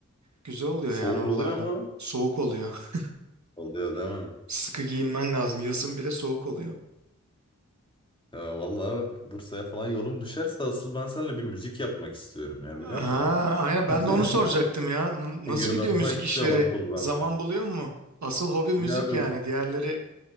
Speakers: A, on the right (about 65°); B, on the left (about 15°).
A: Güzel oluyor
B: Soğuk
A: yani oralarda.
B: oluyor mu?
A: Soğuk oluyor.
B: Oluyor değil
A: <laughs>
B: mi?
A: Sıkı giyinmen lazım. Yazın bile soğuk oluyor.
B: Ya vallahi Bursa'ya falan yolum düşerse asıl ben seninle bir müzik yapmak istiyorum ya biliyor
A: Ha,
B: musun?
A: aynen ben de onu
B: <laughs>
A: soracaktım ya. N- nasıl
B: Gırdatmak
A: gidiyor müzik
B: istiyorum
A: işleri?
B: asıl ben.
A: Zaman buluyor mu? Asıl hobi müzik
B: Ya abi
A: yani. Diğerleri